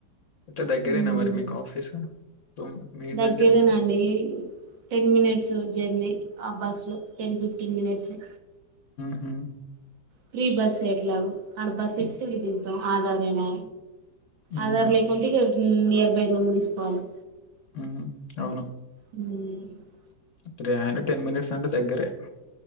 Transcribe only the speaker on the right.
హ్మ్
దగ్గరేనండి
టెన్ మినిట్స్ జర్నీ ఆ బస్లో టెన్ ఫిఫ్టీన్ మినిట్సే
ప్రీ బస్సే ఎట్లగో ఆడ బస్ ఎక్కితే ఇటు దిగుతాం ఆధారేనే
ఆధార్ లేకుంటే ఇగ నియర్ బై రూమ్ తీసుకోవాలి
మ్మ్